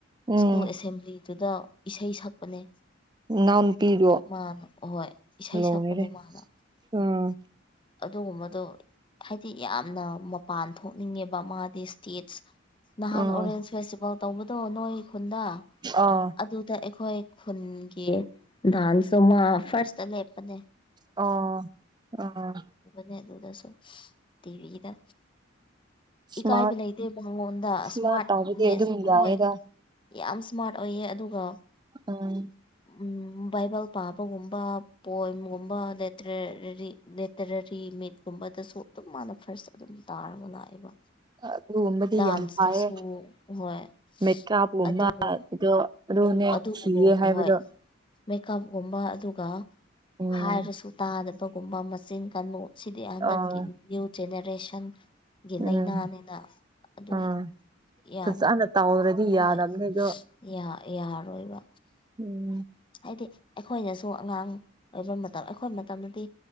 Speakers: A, on the right; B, on the left.
A: ꯎꯝ
B: ꯁ꯭ꯀꯨꯜ ꯑꯦꯁꯦꯝꯕ꯭ꯂꯤꯗꯨꯗ ꯏꯁꯩ ꯁꯛꯄꯅꯦ
A: ꯅꯅꯥꯎ ꯅꯨꯄꯤꯗꯨ
B: ꯃꯥꯅ ꯑꯍꯣꯏ ꯏꯁꯩ
A: ꯂꯣꯏꯔꯦ
B: ꯁꯛꯄꯅꯦ ꯃꯥꯅ
A: ꯎꯝ
B: ꯑꯗꯨꯒꯨꯝꯕꯗꯣ ꯍꯥꯏꯗꯤ ꯌꯥꯝꯅ ꯃꯄꯥꯟ ꯊꯣꯛꯅꯤꯡꯉꯦꯕ ꯃꯥꯗꯤ ꯇꯤꯠꯁ ꯅꯍꯥꯟ
A: ꯎꯝ
B: ꯑꯣꯔꯦꯟꯖ ꯐꯦꯁꯇꯤꯚꯦꯜ ꯇꯧꯕꯗꯣ ꯅꯣꯏ ꯈꯨꯟꯗ
A: ꯑꯥ
B: ꯑꯗꯨꯗ ꯑꯩꯈꯣꯏ ꯈꯨꯟꯒꯤ ꯗꯥꯟꯁꯇꯣ ꯃꯥ ꯐꯥꯔꯁꯇ ꯂꯩꯄꯅꯦ
A: ꯑꯣ ꯑꯣ
B: ꯅꯦ ꯑꯗꯨꯗꯁꯨ ꯇꯤꯕꯤꯗ
A: ꯏꯁꯃꯥꯔꯠ
B: ꯏꯀꯥꯏꯕ ꯂꯩꯇꯦ ꯃꯉꯣꯟꯗ
A: ꯁꯨꯃꯥꯏꯅ
B: ꯏꯁꯃꯥꯔꯠꯅꯦꯁ
A: ꯇꯧꯕꯗꯤ ꯑꯗꯨꯝ
B: ꯑꯣꯏ
A: ꯌꯥꯏꯌꯦꯗ
B: ꯌꯥꯝ ꯁ꯭ꯃꯥꯔꯠ ꯑꯣꯏꯌꯦ ꯑꯗꯨꯒ
A: ꯑꯥ
B: ꯎꯝ ꯕꯥꯏꯕꯜ ꯄꯥꯕꯒꯨꯝꯕ ꯄꯣꯏꯝꯒꯨꯝꯕ ꯂꯇꯔꯦꯔꯤ ꯂꯦꯇꯔꯔꯤ ꯃꯤꯠꯀꯨꯝꯕꯗꯁꯨ ꯑꯗꯨꯝ ꯃꯥꯅ ꯐꯥꯔꯁ ꯑꯗꯨꯝ ꯇꯥꯔꯒ ꯂꯥꯛꯑꯦꯕ
A: ꯑꯥ ꯑꯗꯨꯒꯨꯝꯕꯗꯤ
B: ꯗꯥꯟꯁꯇꯁꯨ
A: ꯌꯥꯝ ꯐꯥꯏꯌꯦ
B: ꯍꯣꯏ
A: ꯃꯦꯀꯥꯞꯀꯨꯝꯕ
B: ꯑꯗꯨꯕꯨ
A: ꯑꯗꯣ ꯑꯗꯨꯅꯦ
B: ꯑꯗꯨꯕꯨ
A: ꯊꯤꯌꯦ ꯍꯥꯏꯕꯗꯣ
B: ꯍꯣꯏ ꯃꯦꯀꯞꯒꯨꯝꯕ ꯑꯗꯨꯒ
A: ꯎꯝ
B: ꯍꯥꯏꯔꯁꯨ ꯇꯥꯗꯕ ꯀꯨꯝꯕ ꯃꯆꯤꯟ ꯀꯥꯟꯕꯒꯨ ꯁꯤꯗꯤ ꯍꯟꯗꯛꯀꯤ
A: ꯑꯥ
B: ꯅꯤꯌꯨ ꯖꯦꯅꯦꯔꯦꯁꯟ ꯒꯤ
A: ꯎꯝ
B: ꯂꯥꯏꯅꯥꯅꯤꯅ ꯑꯗꯨꯒꯤ
A: ꯑꯥ
B: ꯌꯥꯝ
A: ꯐꯖꯅ ꯇꯧꯗ꯭ꯔꯗꯤ
B: ꯍꯣꯏ
A: ꯌꯥꯗꯕꯅꯦ ꯑꯗꯣ
B: ꯌꯥ ꯌꯥꯔꯣꯏꯕ
A: ꯎꯝ
B: ꯍꯥꯏꯗꯤ ꯑꯩꯈꯣꯏꯅꯁꯨ ꯑꯉꯥꯡ ꯑꯣꯏꯕ ꯃꯇꯝ ꯑꯩꯈꯣꯏ ꯃꯇꯝꯗꯗꯤ